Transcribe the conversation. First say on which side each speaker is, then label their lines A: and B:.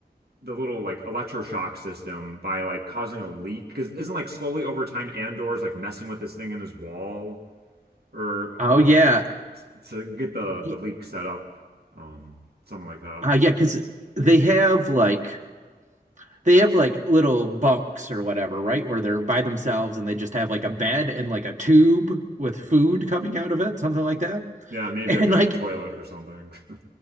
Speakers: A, on the right; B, on the right.
A: the little like electroshock system by like causing a leak because isn't like slowly over time Andor's like messing with this thing in his wall or
B: Oh
A: uh
B: yeah.
A: s- to get the
B: Y-
A: the leak set up um something like that.
B: Uh, yeah, 'cause they have like they have like little bunks or whatever, right? Where they're by themselves and they just have like a bed and like a tube with food coming out of it, something like that. <laughs>
A: Yeah, maybe
B: And
A: like a
B: like
A: toilet or something. <laughs>